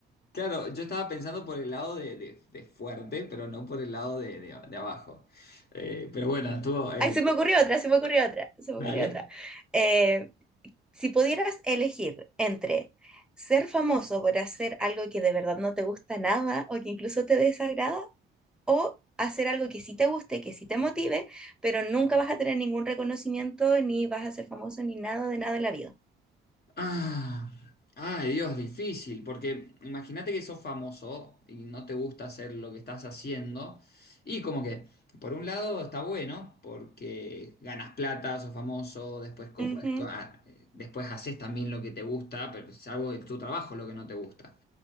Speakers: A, on the left; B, in the centre.
A: claro, yo estaba pensando por el lado de, de- de fuerte, pero no por el lado de, de- de abajo. Eh, pero bueno, estuvo, eh,
B: Ay, se me ocurrió otra, se me ocurrió otra, se me
A: dale.
B: ocurrió otra. Eh, si pudieras elegir entre ser famoso por hacer algo que de verdad no te gusta nada o que incluso te desagrada, o hacer algo que sí te guste, que sí te motive, pero nunca vas a tener ningún reconocimiento, ni vas a ser famoso, ni nada de nada en la vida.
A: Ah, ay, Dios, difícil, porque imagínate que sos famoso y no te gusta hacer lo que estás haciendo. Y como que, por un lado está bueno, porque ganas plata, sos famoso, después, co-
B: Ujú,
A: podés co- ah, eh, después haces también lo que te gusta, pero es algo de tu trabajo lo que no te gusta.